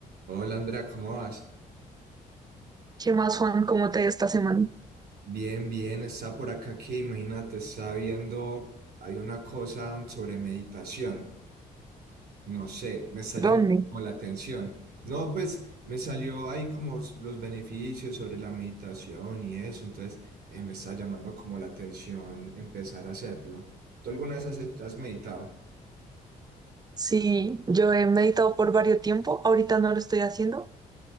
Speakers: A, on the right; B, on the right.
A: Hola Andrea, ¿cómo vas?
B: ¿Qué más, Juan? ¿Cómo te ha ido esta semana?
A: Bien, bien, está por acá que imagínate, está viendo, hay una cosa sobre meditación, no sé, me está llamando
B: ¿Dónde?
A: como la atención. No, pues me salió ahí como s- los beneficios sobre la meditación y eso, entonces eh, me está llamando como la atención empezar a hacerlo. ¿Tú alguna vez has, he- has meditado?
B: Sí, yo he meditado por varios tiempo, ahorita no lo estoy haciendo,